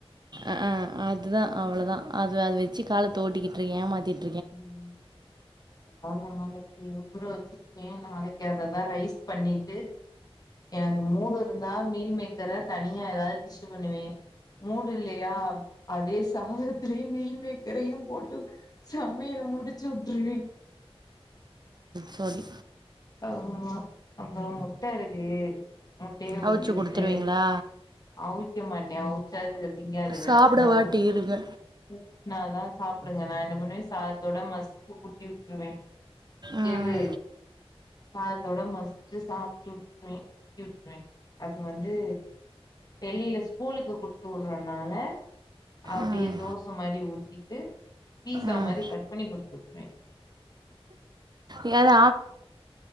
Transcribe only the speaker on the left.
ம் <inaudible> ஏ நாளக்கி அததா ரைஸ் பண்ணிட்டு எனக்கு மூடு இருந்தா மீல் மேக் <unintelligible> தனியா எதாது டிஷ்ஷு பண்ணுவே மூடு இல்லையா அதேஸ் த த்லியு மீள் மேக்கரையும் போட்டு சமயல் முடுச்சு உட்ருவே
ஆமா அப்பறொ முட்ட இருக்கு முட்டய
ஊத்தி உட்டு
அவிக்க மாட்டே அவுச்சா அதுக திங்காதுக
நா
ஊ
ஊட்னாதா சாப் டுங்க நா என்ன பண்ணுவே சாதத்தோட மஸ்ச்சி ஊட்டி உட்ருவே
வேவு சாதத்தோட மசிச்சு சாப்டு உட்ருவே ஊட்டிவிட்ருவே அது வந்து வெளில ஸ்கூலுக்கு குடுத்து உடறனால அப்டியே
தோச மாரி ஊத்திட்டு பீசா
மாரி கட் பண்ணி குடுத்துட்டே